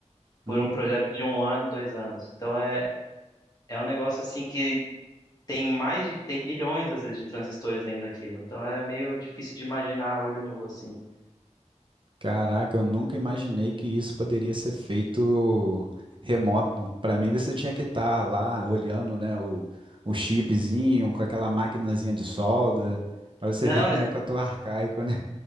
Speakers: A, on the left (about 35°); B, on the right (about 40°).
A: por
B: Hum.
A: um projeto de um ano, dois anos. Então é, é um negócio assim que tem mais, de- tem bilhões, às vezes, de transistores dentro daquilo. Então é meio difícil de imaginar a olho nu, assim.
B: Caraca, eu nunca imaginei que isso poderia ser feito remoto. Para mim, você tinha que estar lá olhando, né, o, o chipzinho com aquela maquinazinha de solda, para você
A: Não,
B: ver como é que eu tô arcaico, né?